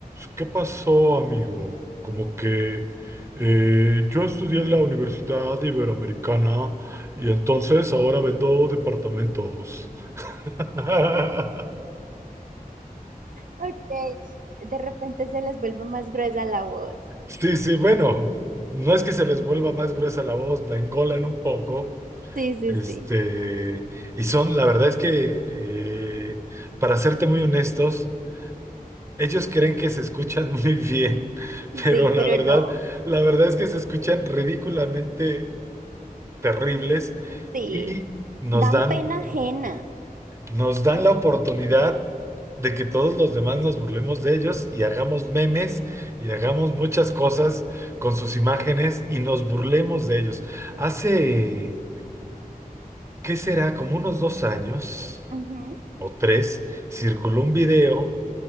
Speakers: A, on the right; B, on the right.
A: ¿Qué pasó, amigo? Como que eh, yo estudié en la Universidad Iberoamericana. Y entonces ahora vendo departamentos. <laughs>
B: Ok, de repente se les vuelve más gruesa la voz.
A: Sí, sí, bueno, no es que se les vuelva más gruesa la voz, la engolan un poco.
B: Sí, sí,
A: Este,
B: sí.
A: y son, la verdad es que, eh, para serte muy honestos, ellos creen que se escuchan <laughs> muy bien, pero
B: Sí,
A: la
B: pero
A: verdad,
B: no.
A: la verdad es que se escuchan ridículamente terribles
B: Sí,
A: y nos
B: dan
A: dan.
B: pena ajena.
A: nos dan la oportunidad de que todos los demás nos burlemos de ellos y hagamos memes y hagamos muchas cosas con sus imágenes y nos burlemos de ellos. Hace, ¿qué será? Como unos dos años
B: Ujú,
A: o tres, circuló un video